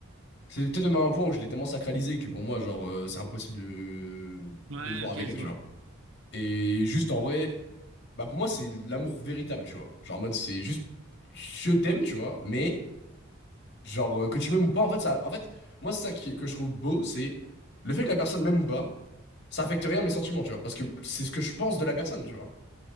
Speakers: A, on the left; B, on the right.
A: c'est peut-être même un point où je l'ai tellement sacralisé que pour moi genre euh, c'est impossible de,
B: Ouais,
A: de me voir
B: ok,
A: avec
B: je
A: elle,
B: vois.
A: tu vois. Et juste en vrai, bah pour moi c'est l'amour véritable, tu vois. Genre en mode c'est juste je t'aime, tu vois, mais genre euh, que tu m'aimes ou pas, en fait ça en fait moi c'est ça qui- que je trouve beau, c'est le fait que la personne m'aime ou pas, ça affecte rien à mes sentiments, tu vois, parce que c'est ce que je pense de la personne, tu vois.